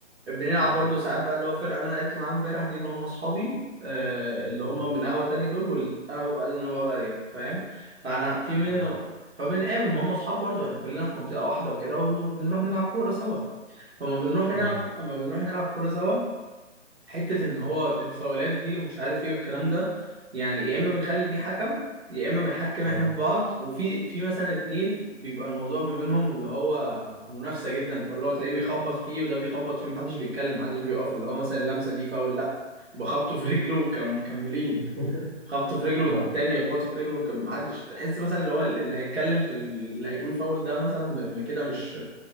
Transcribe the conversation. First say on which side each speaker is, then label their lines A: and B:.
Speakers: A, on the right; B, on the right.
A: بنلعب
B: اه
A: برضو ساعات بقى اللي هو الفرقه اللي انا لعبت معاها امبارح دي اللي هم اصحابي آه، اللي
B: اه
A: هم من قهوه تانية دول والقهوه بقى اللي انا بقعد عليها فاهم فانا في منه
B: اه
A: فبنقابل ما هم اصحاب برضو احنا كلنا في منطقه واحده وكده وبنروح نلعب كوره سوا فما بنروح نلعب
B: اه
A: اما بنروح نلعب كوره سوا حتة إن هو الفاولات دي ومش عارف إيه والكلام ده يعني يا إما بنخلي في حكم يا إما بنحكم
B: اه
A: إحنا في بعض وفي في مثلا اتنين بيبقى الموضوع ما بينهم اللي هو منافسة جدا فاللي هو تلاقيه بيخبط فيه وده بيخبط فيه محدش بيتكلم محدش بيقف اللي هو مثلا اللمسة دي فاول لأ يبقى خبطه في رجله وكانوا مكملين
B: <laughs>
A: خبطه في رجله والتاني
B: اه
A: يخبطه في رجله وكان محدش تحس مثلا اللي هو اللي هيتكلم في ال- اللي هيقول فاول ده مثلا م- كده مش